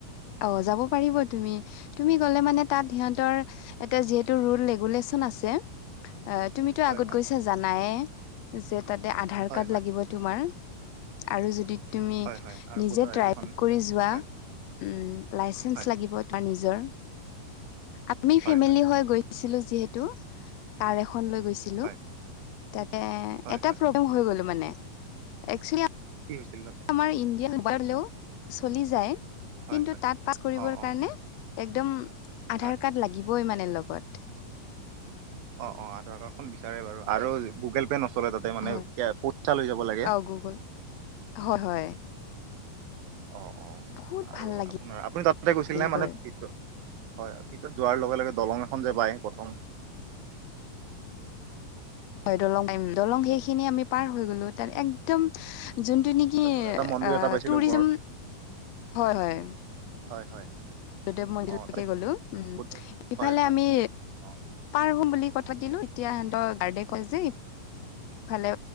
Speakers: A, on the left (about 70°); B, on the right (about 80°).
A: অ যাব পাৰিব তুমি। তুমি গ'লে মানে তাত সিহঁতৰ হেতৰ তাত যিহেতু ৰোল ৰেগুলেচন আছে। অ তুমিতো আগত
B: হয় হয়
A: গৈছা জানাইে যে তাতে আধাৰ
B: হয়
A: কাৰ্ড
B: হয়
A: লাগিব। তোমাৰ আৰু যদি তুমি
B: হয় হয় আৰু
A: নিজে
B: ভোটাৰ আইডিখন
A: ড্ৰাইভ কৰি যোৱা।
B: হয়
A: উম, লাইচেন্স
B: হয়
A: লাগিব ৰ নিজৰ। আপনি
B: হয়
A: ফেমিলি
B: হয়
A: হৈ গৈ ছিলোঁ যিহেতু, কাৰ এখন লৈ গৈছিলোঁ।
B: হয়
A: তাতে
B: হয়
A: এটা
B: হয়
A: প্ৰব্লেম হৈ গলোঁ মানে। এক্সুলী
B: কি হৈছিল তাতে?
A: আমাৰ ইণ্ডিয়ান হ'লেও চলি যায়,
B: হয়
A: কিন্তু
B: হয়
A: তাত পাছ কৰিবৰ
B: অ অ
A: কাৰণে একদম আধাৰ
B: হয়
A: কাৰ্ড লাগিবই মানে লগত।
B: অ' - অ', আধাৰ কাৰ্ডখন বিচাৰে বাৰু। আৰু গুগল পে নচলে তাতে মানে,
A: হয়
B: কে- পইচা লৈ যাব লাগে।
A: অ গুগল হয় - হয়।
B: অ' - অ'।
A: বহুত
B: আৰু
A: ভাল লাগিল
B: আপোনাৰ- আপুনি তাতে গৈছিল নে মানে
A: গৈ
B: ভিত হয়, ভিতৰত যোৱাৰ লগে - লগে দলং এখন যে পায় প্ৰথম।
A: হয়, দলং <inaudible> দলং সেইখিনি আমি পাৰ হৈ গলোঁ। তাত একদম যোনটো নি কি
B: তাৰপিছত এটা মন্দিৰ
A: অ'
B: এটা পাইছিলো
A: টুৰিজম
B: ওপৰত
A: হয় - হয়।
B: হয় - হয়।
A: <unintelligible> দেৱ মন্দিৰলৈকে
B: অ তাত
A: গ'লোঁ। উম,
B: বুদ্ধ
A: ইফালে
B: হয় হয়
A: আমি
B: অ
A: পাৰ হম বুলি কথা পাতিলোঁ, তেতিয়া সিহঁতৰ গাৰ্ডে কয় যে ফালে